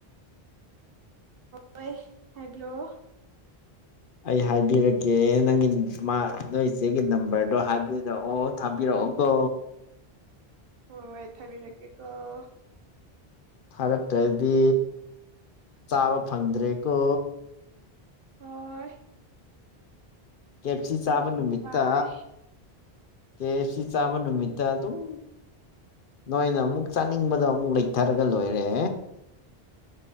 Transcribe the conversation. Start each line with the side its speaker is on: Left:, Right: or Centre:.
Right: ꯍꯣꯏ ꯍꯥꯏꯕꯤꯌꯣ
Left: ꯑꯩ ꯍꯥꯏꯕꯤꯔꯛꯀꯦ ꯅꯪꯒꯤ ꯃꯥ ꯅꯣꯏ ꯏꯆꯦꯒꯤ ꯅꯝꯕꯔꯗꯣ ꯍꯥꯏꯕꯤꯔꯛꯑꯣ ꯊꯥꯕꯤꯔꯛꯑꯣꯀꯣ
Right: ꯎꯝ <unintelligible>
Left: ꯊꯥꯔꯛꯇ꯭ꯔꯗꯤ ꯆꯥꯕ ꯐꯪꯗ꯭ꯔꯦꯀꯣ
Right: ꯍꫭꯏ
Left: ꯀꯦꯞꯁꯤ ꯆꯥꯕ
Right: ꯀꯔꯤ
Left: ꯅꯨꯃꯤꯠꯇ
Right: ꯎꯄꯥꯏ
Left: ꯑꯦ ꯁꯤ ꯆꯥꯕ ꯅꯨꯃꯤꯠꯇ ꯑꯗꯨꯝ ꯅꯣꯏꯅ ꯑꯃꯨꯛ ꯆꯥꯅꯤꯡꯕꯗꯣ ꯑꯃꯨꯛ ꯂꯩꯊꯔꯒ ꯂꯣꯏꯔꯦꯦ